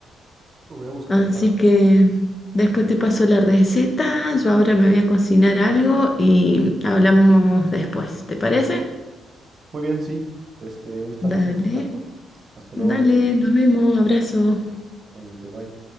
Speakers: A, on the right (about 40°); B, on the left (about 30°).
A: Lo voy a buscar
B: Así
A: para...
B: que después te paso la receta. Yo ahora me voy a cocinar algo y hablamos después. ¿Te parece?
A: Muy bien, sí. Este, hoy estamos
B: Dale,
A: en contacto. Hasta
B: dale,
A: luego.
B: nos vemos, abrazo.
A: Nuevamente, bye.